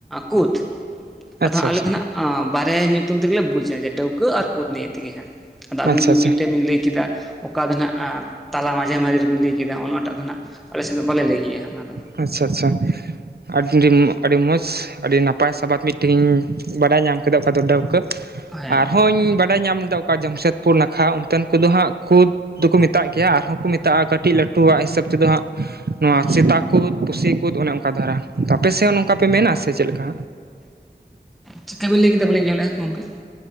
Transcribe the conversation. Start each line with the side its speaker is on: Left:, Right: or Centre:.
Centre: ᱠᱩᱛ
Right: ᱟᱪᱪᱷᱟ
Centre: ᱟᱫᱚ ᱦᱟᱸᱜ
Right: ᱟᱪᱪᱷᱟ
Centre: ᱟᱞᱮ ᱫᱚ ᱱᱟᱦᱜ ᱟᱸ ᱵᱟᱨᱭᱟ ᱧᱩᱛᱩᱢ ᱛᱮᱜᱮ ᱵᱩᱡᱷ ᱰᱟᱹᱣᱠᱟᱹ ᱟᱨ ᱠᱩᱫ ᱱᱤᱭᱮ ᱛᱮᱜᱮ ᱦᱟᱸᱜ ᱟᱫᱚ ᱟᱹᱵᱤ
Right: ᱟᱪᱪᱷᱟ
Centre: ᱢᱤᱫᱴᱮᱡ
Right: ᱟᱪᱪᱷᱟ
Centre: ᱵᱤᱱ ᱞᱟᱹᱭ ᱠᱮᱫᱟ ᱚᱠᱟ ᱫᱚ ᱱᱟᱦᱟᱸᱜ ᱛᱟᱞᱟ ᱢᱟᱡᱷᱮ ᱢᱟᱡᱷᱮ ᱨᱮᱵᱤᱱ ᱞᱟᱹᱭ ᱠᱮᱫᱟ ᱚᱱᱟᱴᱟᱜ ᱫᱚ ᱱᱟᱦᱟᱸᱜ ᱟᱞᱮᱥᱮᱱ ᱫᱚ ᱵᱟᱞᱮ ᱞᱟᱹᱭ ᱜᱮᱭᱟ ᱦᱟᱸᱜ ᱚᱱᱟ ᱫᱚ
Right: ᱟᱪᱪᱷᱟ ᱟᱪᱪᱷᱟ <inaudible> ᱟᱹᱰᱤ ᱢᱚᱸᱡᱽ ᱟᱹᱰᱤ ᱱᱟᱯᱟᱭ ᱥᱟᱵᱟᱫ ᱵᱤᱱ ᱴᱤᱧ ᱵᱟᱰᱟᱭ ᱧᱟᱢ ᱠᱮᱫᱟ ᱚᱠᱟ ᱫᱚ ᱰᱟᱹᱣᱠᱟᱹ
Centre: ᱦᱮᱸ
Right: ᱟᱨᱦᱚᱧ ᱵᱟᱰᱟᱭ ᱧᱟᱢ ᱫᱟ ᱚᱠᱟ ᱡᱟᱢᱥᱮᱫᱽᱯᱩᱨ ᱱᱟᱠᱷᱟ ᱚᱱᱛᱮ ᱫᱚ ᱦᱟᱸᱜ ᱠᱷᱩᱫᱽ ᱫᱩᱠᱩ ᱢᱮᱛᱟᱜ ᱜᱮᱭᱟ ᱟᱨᱦᱚᱸ ᱠᱩ ᱢᱮᱛᱟᱜᱼᱟ ᱠᱟᱹᱴᱤᱡ ᱞᱟᱹᱴᱩᱣᱟᱜ ᱦᱤᱥᱟᱹᱵ ᱛᱮ ᱫᱚ ᱦᱟᱸᱜ ᱱᱚᱣᱟ
Centre: ᱦᱮᱸ
Right: ᱥᱮᱛᱟ ᱠᱩᱫ ᱯᱩᱥᱤ ᱠᱩᱫ ᱚᱱᱮ ᱚᱱᱠᱟ ᱫᱷᱟᱨᱟ ᱟᱯᱮᱥᱮ ᱦᱚᱸ ᱱᱚᱝᱠᱟ ᱯᱮ ᱢᱮᱱᱟ ᱥᱮ ᱪᱮᱫ ᱞᱮᱠᱟ?
Centre: ᱪᱤᱜᱠᱟ ᱵᱤᱱ ᱞᱟᱹᱭ ᱠᱮᱫᱟ ᱵᱟᱞᱤᱧ ᱟᱡᱚᱢ ᱞᱮᱜᱟ ᱜᱚᱝᱠᱮ